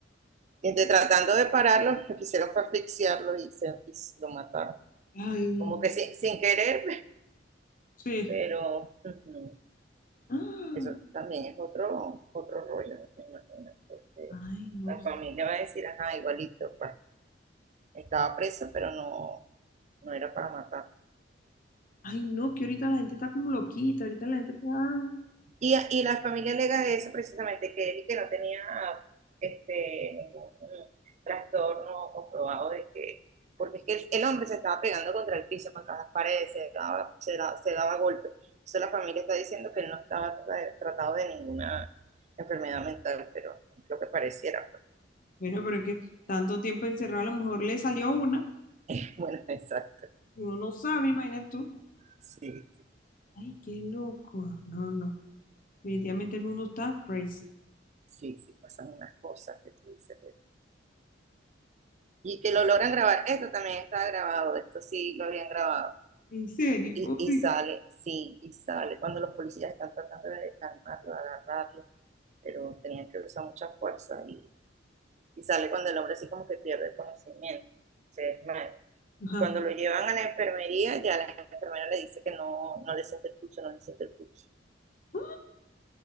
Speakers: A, on the right (about 40°); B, on the left (about 50°).
A: Y entonces, tratando de pararlo, lo que hicieron fue asfixiarlo y, se, y lo mataron.
B: ay,
A: Como que sin, sin querer,
B: sí,
A: pero ujú,
B: ah,
A: eso también es otro, otro rollo, me imagino, porque
B: ay, no,
A: la
B: sé,
A: familia va a decir, ajá, igualito, pues, estaba preso, pero no, no era para matar.
B: ay, no, que ahorita la gente está como loquita, ahorita la gente está, Mm.
A: Y, y la familia alega eso precisamente, que él y que no tenía este, ningún trastorno comprobado de que, porque es que el, el hombre se estaba pegando contra el piso, contra las paredes, se daba, se daba, se daba golpes. Entonces la familia está diciendo que él no estaba tratado de ninguna enfermedad mental, pero lo que pareciera, pues,
B: bueno, pero es que tanto tiempo encerrado, a lo mejor le salió una,
A: <laughs> bueno, exacto.
B: uno no sabe, imagínate tú,
A: Sí, sí,
B: ay, qué loco, no, no, definitivamente el mundo está crazy,
A: sí, sí, pasan unas cosas que tú dices. y que lo logran grabar. Esto también está grabado, esto sí lo habían grabado.
B: en serio,
A: Y,
B: uy,
A: y sale, sí, y sale. Cuando los policías están tratando de calmarlo, agarrarlo, pero tenían que usar mucha fuerza y, y sale cuando el hombre así como que pierde el conocimiento, se desmaya.
B: ajá,
A: Y cuando lo llevan a la enfermería, ya la enfermera le dice que no, no le siente el pulso, no le siente el pulso.
B: ¡Ah!